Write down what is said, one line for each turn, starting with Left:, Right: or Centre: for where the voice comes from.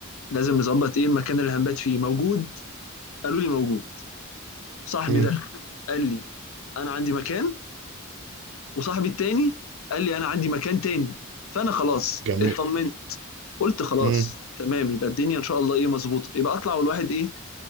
Left: لازم نظبط ايه المكان اللي هنبات فيه موجود قالوا لي موجود صاحبي
Right: امم
Left: ده قال لي انا عندي مكان وصاحبي التاني قال لي انا عندي مكان تاني فانا خلاص
Right: جميل
Left: اطمنت قلت خلاص
Right: امم
Left: تمام يبقى الدنيا ان شاء الله ايه مظبوطه يبقى اطلع والواحد ايه